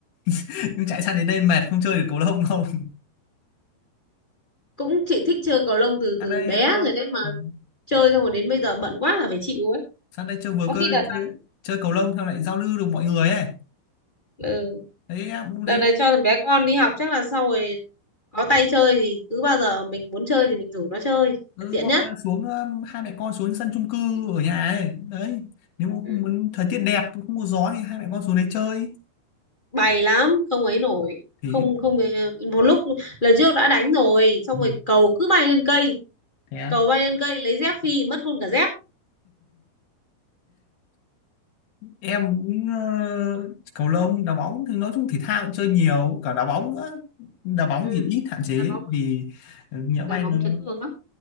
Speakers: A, on the left; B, on the left.
A: <laughs> nhưng chạy sang đến đây mệt không chơi được cầu lông đâu
B: cũng chị thích chơi cầu lông
A: <laughs>
B: từ
A: sang
B: từ
A: đây
B: bé
A: giao
B: rồi đấy mà
A: Ừ,
B: chơi xong rồi đến bây giờ bận quá là phải chịu ấy
A: sang đây chơi vừa
B: có
A: cơ
B: khi đợt
A: chơi,
B: này
A: chơi cầu lông xong lại giao lưu được mọi người ấy
B: ừ,
A: đấy em cũng
B: đợt
A: đấy
B: này cho thằng bé con đi học chắc là sau rồi có tay chơi thì cứ bao giờ mình muốn chơi thì mình rủ nó chơi
A: ừ,
B: là tiện
A: hoặc
B: nhất
A: là xuống um, hai mẹ con xuống sân chung cư ở nhà ấy đấy nếu mà
B: Ừ.
A: không muốn thời tiết đẹp không có gió thì hai mẹ con xuống đấy chơi
B: bày lắm không ấy nổi
A: thì
B: không không một lúc lần trước đã đánh rồi xong
A: ừ,
B: rồi cầu cứ bay lên cây
A: thế
B: cầu bay lên cây lấy dép phi mất luôn cả dép
A: em cũng ờ, cầu lông đá bóng thì nói chung thể thao cũng chơi nhiều cả đá bóng nữa đá bóng
B: ừ.
A: thì ít hạn chế
B: đá bóng
A: vì ờ, nhỡ
B: đá
A: may
B: bóng
A: nó
B: chấn thương lắm